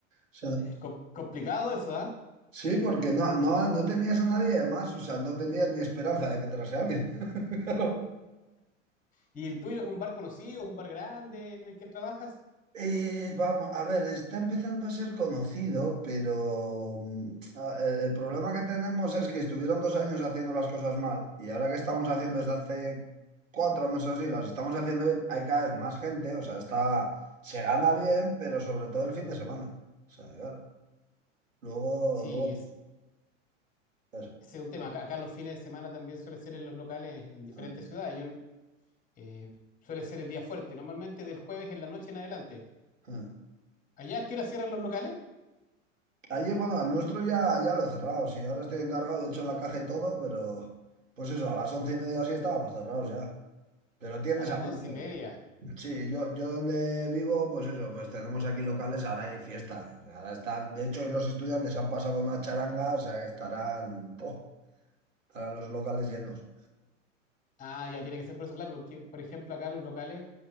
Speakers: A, on the right; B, on the left.
A: O sea,
B: Com- complicado eso, ¿ah?
A: sí, porque no, no, no tenías a nadie, además, o sea, no tenías ni esperanza de que entrase alguien. <laughs> Claro.
B: ¿Y el tuyo es un bar conocido, es un bar grande en el que trabajas?
A: Y vamos, a ver, está empezando a ser conocido, pero mm, a- el, el problema que tenemos es que estuvieron dos años haciendo las cosas mal y ahora que estamos haciendo desde hace cuatro meses o así, las estamos haciendo bien, hay cada vez más gente, o sea, está, se gana bien, pero sobre todo el fin de semana. O sea, claro. Luego,
B: Sí,
A: luego,
B: es,
A: eso.
B: ese es un tema. Acá, acá los fines de semana también suele ser en los locales en diferentes
A: Ah,
B: ciudades. Yo eh, suele ser el día fuerte, normalmente del jueves en la noche en adelante.
A: ah.
B: ¿Allá a qué hora cierran los locales?
A: Allí, bueno, al nuestro ya, ya lo he cerrado. Sí, ahora estoy encargado, de hecho, la caja y todo, pero pues eso, a las once y media o así estábamos cerrados ya. Pero tienes
B: A las
A: abierto.
B: once y media.
A: Sí, yo, yo donde vivo, pues eso, pues tenemos aquí locales, ahora hay fiesta. O sea, Ahora están, de hecho, hoy los estudiantes han pasado con una charanga, o sea que estarán, ¡puf! estarán los locales llenos.
B: Ah, ya tiene que ser por eso, claro, porque por ejemplo acá los locales